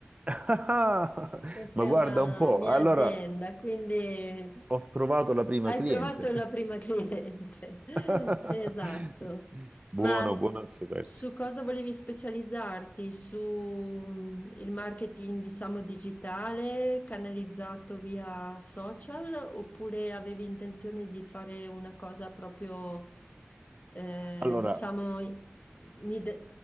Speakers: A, on the right; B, on the left.
A: Ah,
B: <laughs> e per
A: ma guarda
B: la
A: un po',
B: mia
A: allora
B: azienda, quindi
A: ho trovato la prima
B: hai
A: cliente.
B: trovato la prima cliente.
A: <laughs>
B: <laughs> Esatto.
A: Buono,
B: Ma d-
A: buono a sapersi.
B: su cosa volevi specializzarti? Su mm, il marketing, diciamo, digitale canalizzato via social oppure avevi intenzione di fare una cosa proprio, eh,
A: Allora,
B: diciamo, in ide-